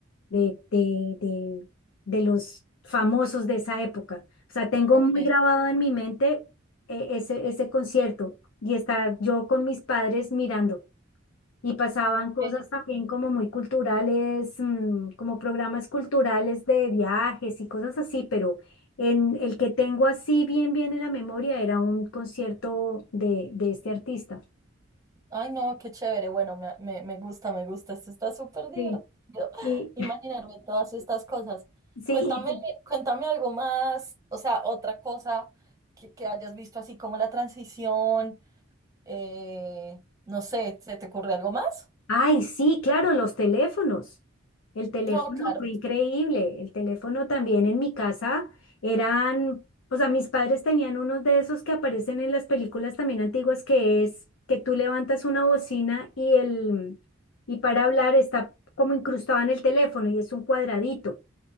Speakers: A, on the left; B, on the right.
A: de, de, de, de los famosos de esa época. O sea, tengo
B: Ok,
A: muy grabado en mi mente, eh, ese, ese concierto y estar yo con mis padres mirando. Y pasaban
B: ok.
A: cosas también como muy culturales, mm, como programas culturales de viajes y cosas así, pero en el que tengo así bien, bien en la memoria era un concierto de, de este artista.
B: Ay, no, qué chévere. Bueno, me, me, me gusta, me gusta. Esto está súper divertido.
A: Sí.
B: <laughs>
A: Y
B: Imaginarme todas estas cosas.
A: sí,
B: Cuéntame, cuéntame algo más, o sea, otra cosa que, que hayas visto así como la transición. eh, no sé, ¿se te ocurre algo más?
A: Ay, sí, claro, los teléfonos. El teléfono
B: No, claro.
A: fue increíble. El teléfono también en mi casa eran, o sea, mis padres tenían unos de esos que aparecen en las películas también antiguas, que es que tú levantas una bocina y el, y para hablar está como incrustado en el teléfono y es un cuadradito.